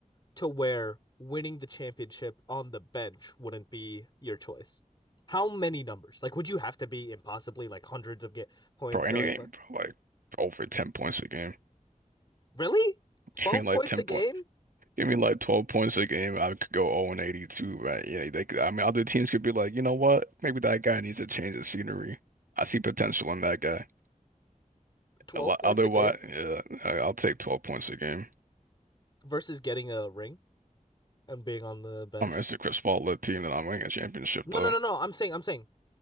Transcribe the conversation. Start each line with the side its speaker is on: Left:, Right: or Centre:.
Left: to where winning the championship on the bench wouldn't be your choice? How many numbers? Like, would you have to be impossibly like hundreds of get points
Right: Bro, anything,
Left: or like what?
Right: bro, like over 10 points a game.
Left: Really?
Right: <laughs>
Left: 12
Right: I mean, like
Left: points
Right: 10
Left: a game?
Right: point, Give me like 12 points a game. I could go 0 and 82, right? Yeah, they could, I mean, other teams could be like, you know what? Maybe that guy needs a change of scenery. I see potential in that guy.
Left: 12
Right: A lot,
Left: points
Right: otherwise,
Left: a game
Right: yeah, I- I'll take 12 points a game.
Left: versus getting a ring and being on the bench?
Right: I mean, it's a Chris Paul led team that I'm winning a championship,
Left: No,
Right: though.
Left: no, no, no. I'm saying, I'm saying